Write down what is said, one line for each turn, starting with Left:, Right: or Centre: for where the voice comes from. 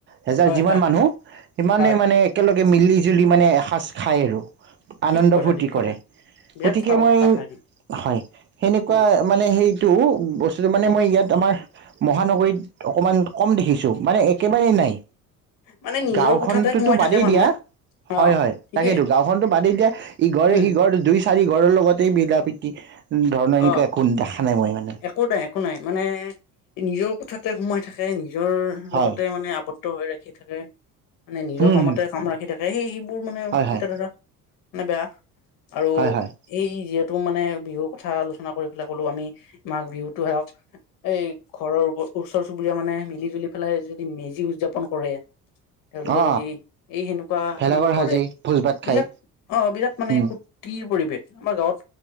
Right: হেজাৰ
Left: হয়
Right: যিমান
Left: হয়
Right: মানুহ সিমানেই
Left: হয়
Right: মানে একেলগে মিলি জুলি মানে এসাজ খায় আৰু
Left: ঠিক
Right: আনন্দ
Left: কথা
Right: ফূৰ্তি
Left: ঠিক কথা
Right: কৰে।
Left: বিৰাট
Right: গতিকে
Left: ভাল
Right: মই
Left: কথা এইটো
Right: হয় সেনেকুৱা
Left: উম
Right: মানে সেইটো <unintelligible> বস্তুটো মানে
Left: উম
Right: মই ইয়াত আমাৰ মহানগৰীত অকমান কম দেখিছোঁ মানে এই একেবাৰেই নাই
Left: মানে নিজৰ
Right: গাঁওখনতোতো
Left: কোঠাতে সোমাই
Right: বাদেই
Left: থাকে মানুহে
Right: দিয়া হয়
Left: অ
Right: হয়
Left: ঠিকেই
Right: তাকেইতো গাঁওখনতো বাদেই দিয়া ইঘৰে
Left: উম
Right: সিঘৰ দুইচ- চাৰি ঘৰৰ লগতেই মিলা প্ৰীতি ধৰণৰ এনেকুৱা
Left: অ
Right: একো দেখা নাই মই মানে
Left: একো <unintelligible> একো নাই মানে নিজৰ কোঠাতে সোমাই থাকে নিজৰ
Right: হয়
Left: লগতে মানে আপ আবদ্ধ হৈ ৰাখি থাকে। মানে নিজৰ
Right: উম
Left: কামতে
Right: হম
Left: কাম ৰাখি থাকে সেই সেবোৰ মানে আও
Right: হয় হয়
Left: চিন্তাধাৰা মানে বেয়া আৰু
Right: হয় হয়
Left: এই যিহেতু মানে বিহুৰ কথা আলোচনা কৰি পেলাই ক'লো আমি মাঘ বিহুতো হেয়ক এই ঘৰৰ ওব ওচৰ চুবুৰীয়া মানে মিলি জুলি পেলাই যদি মেজি উযাপন কৰে তেওঁলোকে
Right: অ
Left: যদি এই সেনুকুৱা
Right: ভেলাঘৰ
Left: সমূহ
Right: সাজি
Left: কৰে
Right: ভোজ ভাত খাই
Left: বিলাট অ', বিৰাট মানে
Right: উম
Left: ফূৰ্তিৰ পৰিৱেশ আমাৰ গাঁৱত